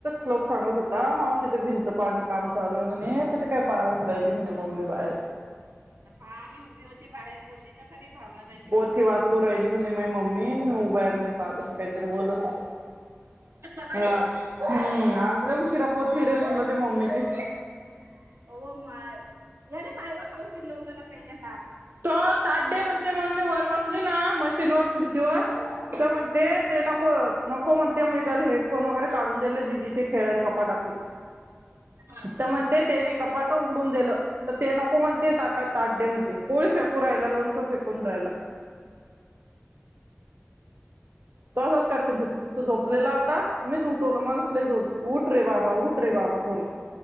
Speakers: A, on the right; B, on the right.
A: लोक सांगत होता मावशी ते भिंत पाडणं काम चालू आहे म्हणे तिे काय पावट राहिली म्हणे मम्मी बाहेर
B: हा मी उभी होती बाहेर बोलली तर खरी भावना त
A: पथी वाचू राहिली म्हणे माय मम्मी मी उभा आहे म्हणे पाहस काहीतरी बोलत होत
B: सकाळी
A: मला हम्म आज लई उशिरा पोथी रे म्हणल तुज्या मम्मीची
B: हो माय याने पाय ब खऊन शिरलवनाला पहिल्या हा <unintelligible>
A: तो ताड्डे म्हणते मग मी वर वाचली ना मशीनवरर खुर्चीवर तर म्हण ते
B: हा
A: ते नको नको म्हणते मि त्याला हेडफोन वगैरे काढून दिले दिदीचे खेळाल कपाटातून
B: हा
A: तर म्हणते तेने कपाट उघडून दिलं तर ते नको म्हणते त ताट डे म्हते पोळी फेकू रायला, लोणचं फेकून राहायला तो असाच करते भूत तो झोपलेला होता मीच उठवला मलाच <inaudible> उठरे बाबा उठरे बाबा करून